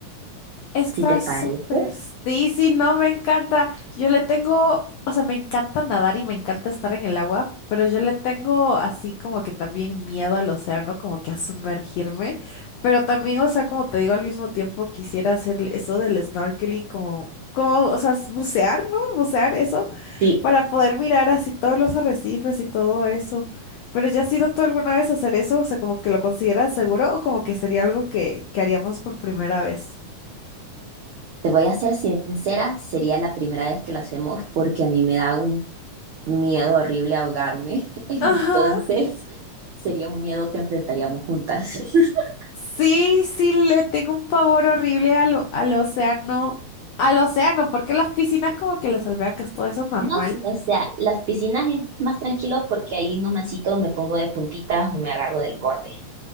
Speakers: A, on the left (about 80°); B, on the right (about 75°).
A: Está
B: si te
A: súper.
B: parece.
A: Sí, sí, no, me encanta. Yo le tengo, o sea, me encanta nadar y me encanta estar en el agua, pero yo le tengo así como que también miedo al océano, como que a sumergirme. Pero también, o sea, como te digo, al mismo tiempo quisiera hacer eso del snorkeling, como, como, o sea, s- bucear, ¿no? Bucear eso,
B: Sí,
A: para poder mirar así todos los arrecifes y todo eso. Pero ¿ya has ido tú alguna vez a hacer eso? O sea, como que lo consideras seguro o como que sería algo que, que haríamos por primera vez.
B: te voy a ser sincera, sería la primera vez que lo hacemos porque a mí me da un miedo horrible a ahogarme, <laughs> entonces
A: Ajá,
B: sería un miedo que enfrentaríamos juntas. <laughs>
A: sí, sí, le tengo un pavor horrible al, o- al océano. Al océano, porque las piscinas como que las albercas, todo eso es normal.
B: No, sí, o sea, las piscinas es más tranquilo porque ahí nomásito me pongo de puntitas o me agarro del borde.